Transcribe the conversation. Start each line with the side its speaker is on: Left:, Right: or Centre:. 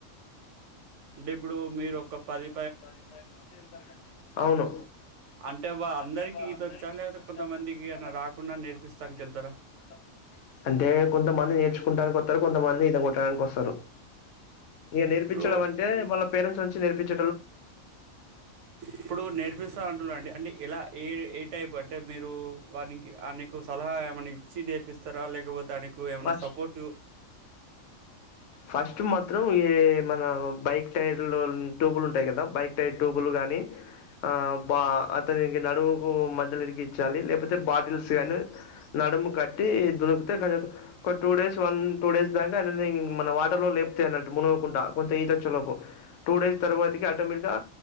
Right: అంటే ఇప్పుడు మీరు ఒక్క పది
Left: పది పదిహేను మంది వెళ్తారు కండి అవును
Right: అంటే వా అందరికి
Left: అంటేబా
Right: ఈతొచ్చా
Left: అందరికీ
Right: లేకపోతే
Left: ఈ ప్ర
Right: కొంతమందికి
Left: కొంతమందికి
Right: ఏమన్నా రాకుండా నేర్పిస్తానికెళ్తారా?
Left: రాకుండా నేర్పిస్తార అంటే కొంతమంది నేర్చుకుంటనికి వస్తారు కొంతమంది ఇతగొట్టడానికి వస్తారు. ఇక నేర్పించడం
Right: ఇప్పుడు
Left: అంటే వాళ్ళ పేరెంట్స్ నుంచి నేర్పించ
Right: ఇప్పుడు నేర్పిస్త అంటున్నారు అండి. ఇలా ఏ ఏ టైప్ అంటే మీరు వారినికి అనేకు సలహా ఏమైనా ఇచ్చి నేర్పిస్తారా లేకపోతే ఆన కు ఎమన్నా
Left: ఫస్ట్
Right: సపోర్ట్
Left: ఫస్ట్ మాత్రం ఈ మన బైక్ టైర్ లో టూబులు ఉంటాయి కదా బైక్ టైర్ టూబులు గానీ అ ఆ బా అతనికి నడువుకు మధ్యలో ఇరిగిచ్చాలి లేకపోతే బాటిల్స్ కానీ నడము కట్టి దుడుకుతే కతు ఒక two days one two days దాకా ఆయనని మన వాటర్ లో లేపపోతయ్యి అన్నట్టు మునుగకుంటడా కొంత ఈత వచ్చేలోపు టూ డేస్ తర్వాతికి ఆటోమేటిక్ గా